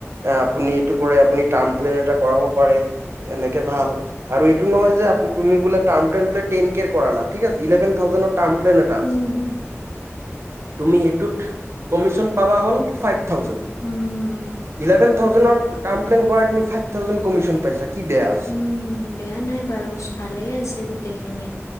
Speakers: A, on the right (about 60°); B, on the left (about 80°).
A: আপুনি এই কৰে আপুনি এইটো কৰে আপুনি টাৰ্ম প্লেন এটা কৰাব পাৰে, এনেকে ভাল আৰু এইটো নহয় যে তুমি বোলে টাৰ্ম প্লেন বোলে টেন কেৰ কৰা না ঠিক আছে ইলেভন থাউজেডৰ টাৰ্ম প্লেন এটা
B: উম,
A: আছে। তুমি সেইটোত কমিশন পাবা হ'ল ফাইভ থাউজণ্ড
B: উম,
A: ইলেভেন থাউজেনৰ টাৰ্ম প্লেন কৰা তুমি ফাইভ থাউজেন্ড কমিচন পাইছা। কি বেয়া আছে
B: উম, বেয়া নাই বাৰু ভালেই আছে গোটেইখিনি।